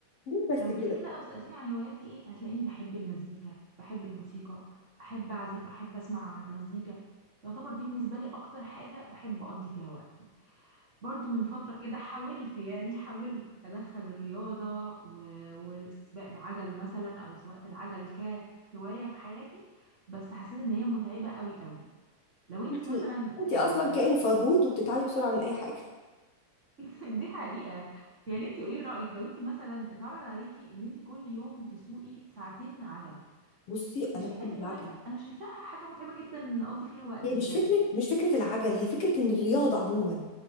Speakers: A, on the left; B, on the right.
A: ليه بس
B: لو جيتيلي
A: كده
B: بقى وسالتيني عن هواياتي ايه هتلاقيني بحب المزيكا بحب الموسيقى احب اعزف احب اسمع مزيكا يعتبر دي بالنسبه لي اكتر حاجه بحب اقضي فيها وقتي برضو من فترة كده حاولت يعني حاولت أدخل الرياضة و- وسباق العجل مثلا أو سواقة العجل كهواية في حياتي بس حسيت إن هي متعبة قوي قوي لو انتي
A: انت
B: مثلا يعني
A: انت اصلا كائن فرهود وبتتعبي بسرعه من اي حاجه
B: <laughs> دي حقيقة يعني انتي قولي رأيك لو انتي مثلا اتعرض عليكي ان انتي كل يوم تسوقي ساعتين عجلة
A: بصي
B: انت
A: انا
B: شايفة
A: بحب
B: دي
A: العجل
B: هواية؟ أنا شايفاها حاجة متعبة جدا نقضي فيها وقتي
A: هي مش
B: بجد
A: فكرة مش فكرة العجل هي فكرة ان الرياضة عموما